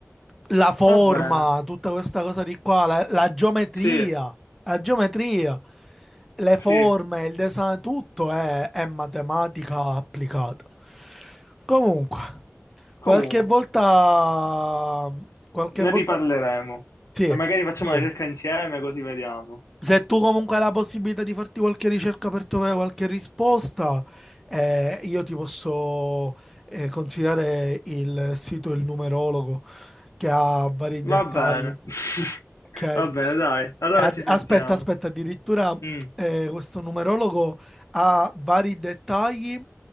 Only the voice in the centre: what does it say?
la forma,
tutta questa cosa di qua, la, la geometria,
la geometria, le forme,
il design, tutto è, è matematica applicata. Comunque,
qualche volta, qualche
volta,
sì,
sì,
se tu comunque hai la possibilità di farti qualche ricerca per trovare qualche risposta, eh, io ti posso eh, consigliare il sito Il Numerologo che ha vari
dettagli.
Ok? E
ad-
aspetta, aspetta, addirittura
eh, questo numerologo ha vari dettagli